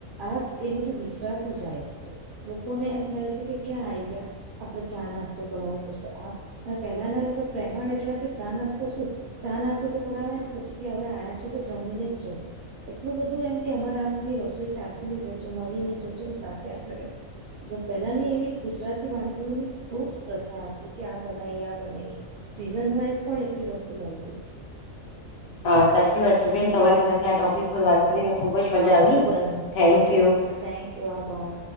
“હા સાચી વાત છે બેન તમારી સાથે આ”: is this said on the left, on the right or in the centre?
Left